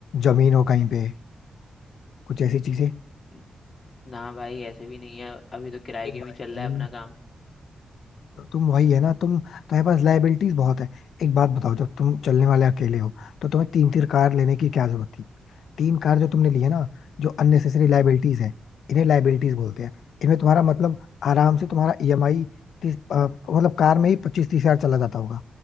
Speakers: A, on the left (about 80°); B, on the left (about 40°).
A: जमीन हो कहीं पे कुछ ऐसी चीजें
B: न- ना भाई ऐसे भी नहीं है अभी तो किराए
A: ये
B: के में
A: भाई
B: ही चल रहा है अपना काम
A: तो तुम वही है ना तुम तुम्हारे पास लाइबिलिटीज बहुत है एक बात बताओ जब तुम चलने वाले अकेले हो तो तुम्हें तीन तीन कार लेने की क्या जरूरत तीन कार जो तुमने ली है ना जो अननेसेसरी लाइबिलिटीज है इन्हें लाइबिलिटीज बोलते हैं इनमें तुम्हारा मतलब आराम से तुम्हारा ईएमआई तीस अ, मतलब कार में ही पच्चीस तीस हजार चला जाता होगा